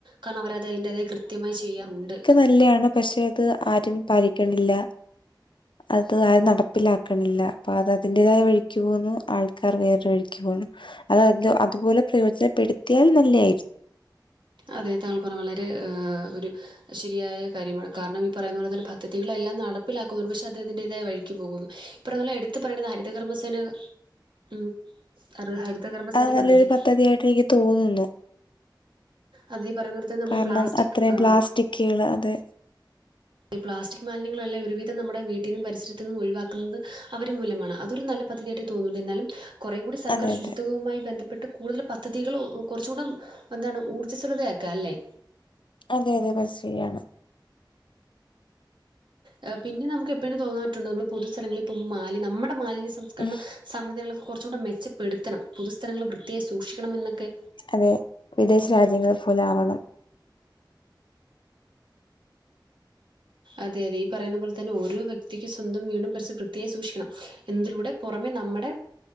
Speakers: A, on the right; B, on the left.
A: കാരണം അവരത് അതിൻ്റത് കൃത്യമായി ചെയ്യാറുണ്ട്.
B: കല്ല്യാണം. പക്ഷെ അത് ആരും പാലിക്കണില്ല. അത് ആരും നടപ്പിലാക്കണില്ല. അപ്പൊ അത് അതിന്റേതായ വഴിക്ക് പോകുന്നു. ആൾക്കാർ വേറൊരു വഴിക്ക് പോകുന്നു. അത് അത്‌ അതുപോലെ പ്രയോജനപ്പെടുത്തിയാൽ നല്ലയായിരി
A: അതെ താങ്കൾ പറയുന്നത് വളരെ ആഹ് ഒരു ശരിയായ കാര്യമാണ് കാരണം ഈ പറയുന്ന പോലെ തന്നെ പദ്ധതികളെല്ലാം നടപ്പിലാക്കുന്നുണ്ട്. പക്ഷേ അത് അതിന്റേതായ വഴിക്ക് പോകുന്നു. ഇപ്പ ഇവിടങ്ങളിൽ എടുത്തു പറയേണ്ടത് ഹരിതകർമ്മസേന ഉം <unintelligible> ഹരിതകർമ്മസന
B: അത് നല്ലൊരു
A: പദ്ധതി.
B: പദ്ധതിയായിട്ട് എനിക്ക് തോന്നുന്നു.
A: അത് ഈ പറയുന്ന പോലെ തന്നെ നമ്മുടെ
B: കാരണം
A: പ്ലാസ്റ്റിക്
B: അത്രയും
A: ഏഹ്
B: പ്ലാസ്റ്റിക്കുകള് അത്
A: പ്ലാസ്റ്റിക് മാലിന്യങ്ങളെല്ലാം ഒരുവിധം നമ്മുടെ വീട്ടീന്നും പരിസരത്ത് നിന്നും ഒഴിവാക്കുന്നത് അവര് മൂലമാണ് അതൊരു നല്ല പദ്ധതിയായിട്ട് തോന്നൂല്ല എന്നാലും. കുറേ കൂടി സർക്കാർ
B: അതെ
A: ശുചിത്വവുമായി
B: അതെ
A: ബന്ധപ്പെട്ട് കൂടുതൽ പദ്ധതികൾ കുറച്ചൂടെ എന്താണ് ഊർജ്ജസ്വലതയാക്കാ അല്ലേ
B: അതെ അതെ <unintelligible>
A: ഏഹ് പിന്നെ നമ്മക്ക് എപ്പഴേും തോന്നാറ്റുണ്ട് നമ്മൾ പൊതുസ്ഥലങ്ങളിൽ പോകുമ്പം മാലി നമ്മടെ മാലിന്യ സംസ്കരണം
B: ഉം
A: സംവിധാനങ്ങൾക്കെ കൊറച്ചും കൂടെ മെച്ചപ്പെടുത്തണം പൊതുസ്ഥലങ്ങൾ വൃത്തിയായി സൂക്ഷിക്കണം എന്നൊക്കെ
B: അതെ വിദേശ രാജ്യങ്ങളെ പോലെ ആവണം
A: അതെ അതെ ഈ പറയുന്ന പോലെ തന്നെ ഓരോ വ്യക്തിക്ക് സ്വന്തം വീടും പരിസരവും വൃത്തിയായി സൂക്ഷിക്കണം എന്തിലൂടെ പൊറമെ നമ്മടെ